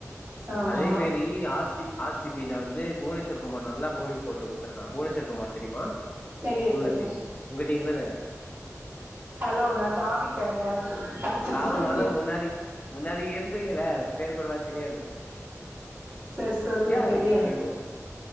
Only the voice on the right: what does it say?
ஆமா
தெரியு
தெரியு
ஹலோ நான் தாவிட்டேங்க அட்த
டீம்
செரி சொல்லுங்க
தெரியாது
எனக்கு